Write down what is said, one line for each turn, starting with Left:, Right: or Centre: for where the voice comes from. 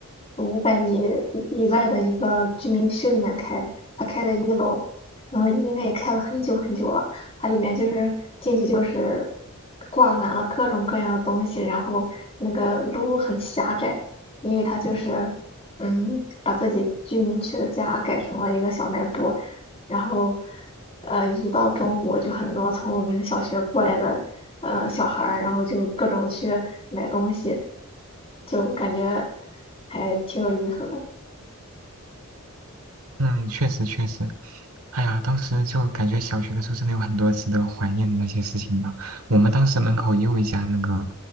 Left: 五百米以外的一个居民区里面开，它开在一楼，嗯，应该也开了很久很久了。它里面就是进去就是挂满了各种各样的东西，然后那个路很狭窄，因为它就是嗯把自己居民区的家改成了一个小卖部。然后，呃，一到中午就很多从我们小学过来的呃小孩儿，然后就各种去买东西，就感觉还挺有意思的。
Right: 嗯，确实确实，哎呀，当时就感觉小学的时候真的有很多值得怀念的那些事情吧。我们当时门口也有一家那个